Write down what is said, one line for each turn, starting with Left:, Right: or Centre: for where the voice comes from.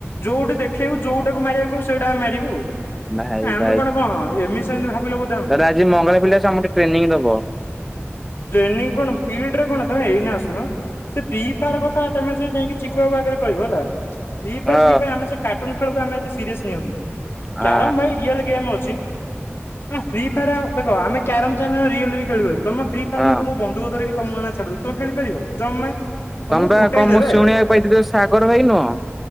Left: ଯୋଉଠି ଦେଖେଇବୁ ଯୋଉଟାକୁ ମାରିବାକୁ କହିବୁ ସେଇଟା ଆମେ ମାରିବୁ।
Centre: ଭାଇ
Left: ଆମେ
Centre: ଭାଇ
Left: କଣ ଏମିତି ସେମିତି ଭାବିଲ ବୋଧେ ଆମକୁ।
Centre: ତାହେଲେ ଆଜି ମଙ୍ଗଳ ପିଲା ସମସ୍ତେ ଟ୍ରେନିଂ ଦବ
Left: ଟ୍ରେନିଂ କଣ ଫିଲ୍ଡ ରେ କଣ ତମେ ଏଇନେ ଆସୁନ। ସେ ଫ୍ରି ଫାୟାର କଥା ତମେ ସେ ଯାଇଁକି ଚିକୁବାକୁ ଆଗରେ କହିବ ହେଲା। ଫ୍ରି ଫାୟାର
Centre: ହଁ
Left: ଫ୍ରି ଫାୟାର ଆମେ ସେ କାର୍ଟୁନ ଖେଳକୁ ଆମେ ଏତେ ସିରିୟସ ନଉନୁ।
Centre: ଆ
Left: କ୍ୟାରମ ଭାଇ ରିୟଲ ଗେମ୍ ଅଛି। ଫ୍ରି ଫାୟାର ଆମେ ଦେଖ ଆମେ କ୍ୟାରମ ଚାନେଲରେ ରିଅଲରେ ବି ଖେଳିପାରିବୁ। ତମେ ଫ୍ରି ଫାୟାର
Centre: ହଁ
Left: ଏଇନା ତମକୁ ବନ୍ଧୁକ ଧରିକି ତମକୁ ଏଇନା ଛାଡି ଦେବୁ ତମେ ଖେଳିପାରିବ ଜମା। ତମକୁ
Centre: ତମେ ବା
Left: ଫୁଟେଇ
Centre: କଣ
Left: ଦେବେ
Centre: ମୁଁ ଶୁଣିବାକୁ ପାଇଥିଲି ଯୋଉ ସାଗର ଭାଇ ନୁହଁ